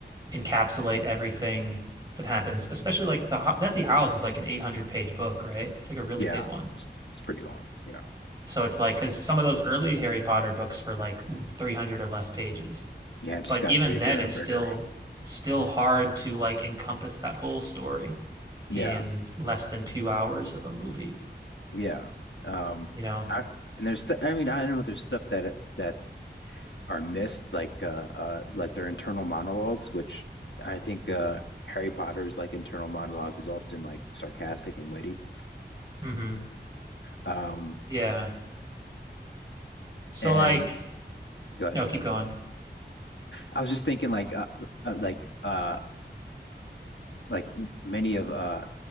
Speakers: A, on the right (about 20°); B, on the left (about 85°).
A: encapsulate everything that happens, especially like the Deathly Hallows is like an 800 page book, right? It's like a really
B: Yeah,
A: big one.
B: it's, it's pretty long. Yeah,
A: So it's like, because some of those early Harry Potter books were like 300 or less pages.
B: yeah, it just
A: But
B: got
A: even
B: bigger
A: then, it's
B: and
A: still
B: bigger.
A: still hard to like encompass that whole story in
B: Yeah.
A: less than two hours of a movie,
B: yeah. Um,
A: you know?
B: I and there's th I mean I know there's stuff that that are missed like uh uh like their internal monologues, which I think uh Harry Potter's like internal monologue is often like sarcastic and witty.
A: hmm
B: Um,
A: Yeah. So
B: and
A: like,
B: good.
A: no, keep going.
B: I was just thinking like uh, uh like uh like m- many of uh